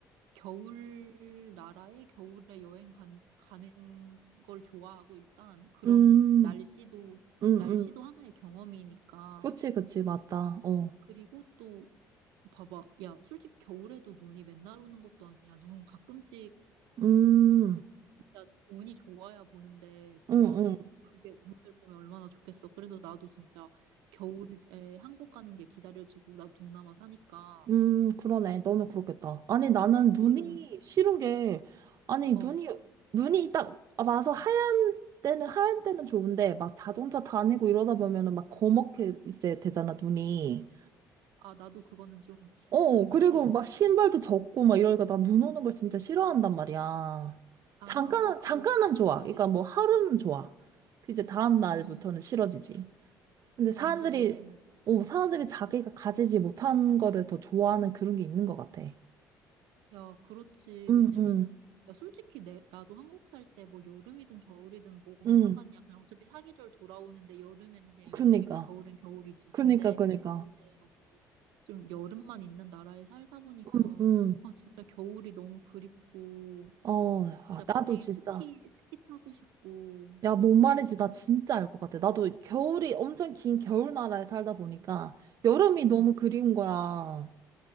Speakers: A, on the right; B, on the right.
A: 겨울 나라에 겨울에 여행 간, 가는 걸 좋아하고 일단 그런
B: 음,
A: 날씨도
B: 음, 음.
A: 날씨도 하나의 경험이니까.
B: 그치, 그치, 맞다. 어.
A: 그리고 또 봐봐. 야, 솔직히 겨울에도 눈이 맨날 오는 것도 아니야. 눈 가끔씩
B: 음,
A: 진짜 운이 좋아야 보는데 그런
B: 응응
A: 그게 눈을 보면 얼마나 좋겠어. 그래서 나도 진짜 겨울에 한국 가는 게 기다려지고 나도 동남아 사니까
B: 음, 그러네. 너는 그렇겠다. 아니, 나는
A: 어,
B: 눈이
A: 그래서 난,
B: 싫은 게, 아니,
A: 어
B: 눈이, 눈이 딱 와서 하얀 때는, 하얀 때는 좋은데, 막 자동차 다니고 이러다 보면은 막 거먹게 이제 되잖아, 눈이.
A: 아, 나도 그거는 좀
B: 어, 그리고
A: <laughs> 싫어.
B: 막 신발도 젖고 막 이러니까 난 눈 오는 걸 진짜 싫어한단 말이야.
A: 아,
B: 잠깐은,
A: 그럴
B: 잠깐은
A: 수,
B: 좋아.
A: 그럴
B: 그러니까
A: 수 있어.
B: 뭐 하루는 좋아. 그 이제 다음 날부터는
A: 음,
B: 싫어지지. 근데 사람들이,
A: 완전 이해해.
B: 어, 사람들이 자기가 가지지 못한 거를 더 좋아하는 그런 게 있는 것 같아.
A: 야, 그렇지.
B: 응,
A: 왜냐면은,
B: 응,
A: 야, 솔직히 내, 나도 한국 살 때 뭐 여름이든 겨울이든 뭐뭔
B: 응.
A: 상관이야. 그냥 어차피 사계절 돌아오는데 여름에는 그냥
B: 그니까.
A: 여름이고 겨울엔 겨울이지.
B: 그니까,
A: 근데
B: 그니까.
A: 이제 여기 좀 여름만 있는 나라에 살다 보니까,
B: 응, 응.
A: 아, 진짜 겨울이 너무 그립고,
B: 어, 아,
A: 진짜 빨리
B: 나도 진짜.
A: 스키, 스키 타고 싶고,
B: 야, 뭔 말인지 나 진짜 알 것 같아. 나도 겨울이 엄청 긴 겨울 나라에 살다 보니까 여름이 너무
A: 음.
B: 그리운 거야.